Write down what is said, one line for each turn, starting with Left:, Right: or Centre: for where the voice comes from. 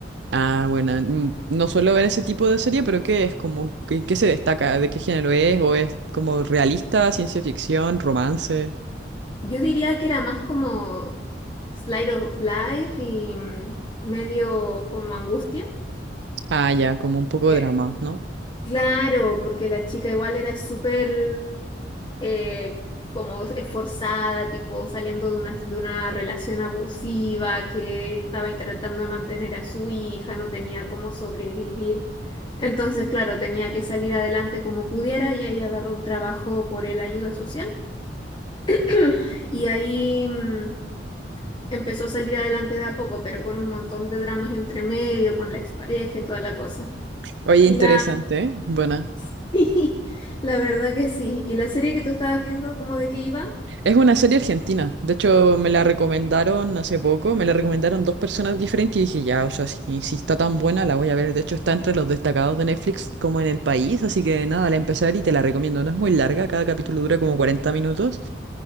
Right: Ah, bueno, mm, no suelo ver ese tipo de serie, pero ¿qué es? Como, ¿qué, qué se destaca? ¿De qué género es? ¿O es como realista, ciencia ficción, romance?
Left: Yo diría que era más como Slide of Life y mm, medio como angustia.
Right: Ah, ya, como un poco
Left: Eh,
Right: de drama, ¿no?
Left: Claro, porque la chica igual era súper eh, como esforzada, tipo saliendo de una, de una relación abusiva que estaba tratando de mantener a su hija, no tenía cómo sobrevivir. Entonces, claro, tenía que salir adelante como pudiera y ahí agarró un trabajo por el ayuda social. <clears throat> Y ahí mm, empezó a salir adelante de a poco, pero con un montón de dramas entre medio, con la expareja y toda la cosa.
Right: Oye,
Left: Y
Right: interesante,
Left: la,
Right: ¿eh? Buena.
Left: <laughs> sí, la verdad que sí. ¿Y la serie que tú estabas viendo, cómo de qué iba?
Right: Es una serie argentina. De hecho, me la recomendaron hace poco. Me la recomendaron dos personas diferentes y dije, ya, o sea, si, si está tan buena, la voy a ver. De hecho, está entre los destacados de Netflix como en el país. Así que nada, la empecé a ver y te la recomiendo. No es muy larga, cada capítulo dura como 40 minutos.